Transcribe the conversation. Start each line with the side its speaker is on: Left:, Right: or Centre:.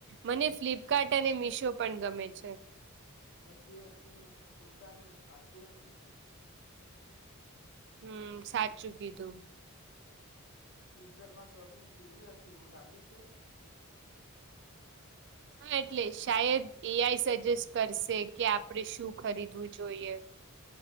Right: મને ફ્લિપકાર્ટ અને મીશો પણ ગમે છે.
Left: બધી એપ્સની પોતાની ખાસિયત હોય છે.
Right: હમ સાચું કીઘું
Left: ફ્યુચરમાં શોપિંગ કેવી હશે એવું લાગે છે.
Right: હમ એટલે શાયદ એ આઈ સજેસ્ટ કરશે કે આપણેે શું ખરીદવું જોઈએ